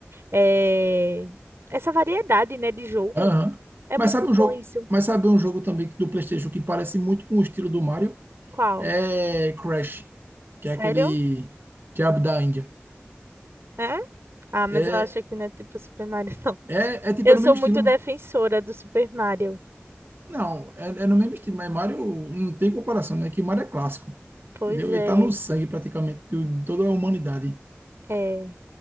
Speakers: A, on the right; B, on the right.
A: eh, essa variedade, né, de jogo.
B: aham.
A: É
B: Mas
A: muito
B: sabe um jogo,
A: bom isso.
B: mas sabe um jogo também do PlayStation que parece muito com o estilo do Mario?
A: Qual?
B: É Crash, que
A: Sério?
B: é aquele diabo da Índia.
A: É? Ah, mas
B: É,
A: eu acho que não é tipo Super Mario, não.
B: é, é tipo
A: Eu
B: é no
A: sou
B: mesmo
A: muito
B: estilo.
A: defensora do Super Mario.
B: Não, é, é no mesmo estilo, mas Mario não tem comparação, né? Que Mario é clássico.
A: Pois
B: Entendeu?
A: é,
B: Ele tá no sangue praticamente de toda a humanidade.
A: é,